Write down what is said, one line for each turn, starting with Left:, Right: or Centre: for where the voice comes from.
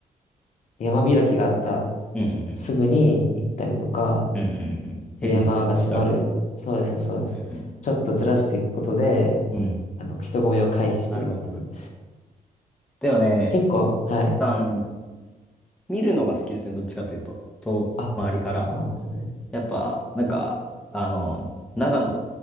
Left: 山開きがあった
Centre: うんうんうん。
Left: すぐに行ったりとか、
Centre: うんうんうんうん。平日に行ったりとか。
Left: 山が閉まる、そうです、そうです。
Centre: うん。
Left: ちょっとずらしていくことで、
Centre: うん。うん
Left: あの、人混みを回避してるっていう。
Centre: なるほどな。でもね、
Left: 結構、はい。
Centre: 富士山、見るのが好きですね、どっちかというと。と、
Left: あ、
Centre: 周りから。
Left: そうなんですね。
Centre: やっぱ、なんか、あの、長野